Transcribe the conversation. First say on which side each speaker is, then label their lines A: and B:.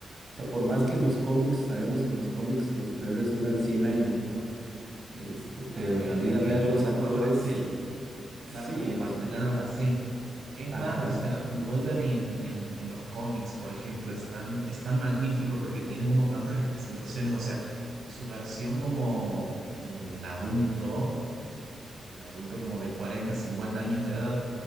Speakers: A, on the right; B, on the right.
A: O sea, por más que en los cómics, sabemos que en los cómics los superhéroes duran 100 años, ¿no? Este, pero
B: Claro,
A: en
B: y
A: la vida
B: de que
A: real
B: es un
A: los
B: poco
A: actores,
B: más fácil Claro,
A: sí,
B: como mantenerlos
A: o sea,
B: así. Es
A: ajá,
B: más, o sea, Wolverine en, en los cómics, por ejemplo, es tan, es tan magnífico porque tiene como tantas representaciones, o sea, su versión como de un adulto, de un adulto como de 40, 50 años de edad,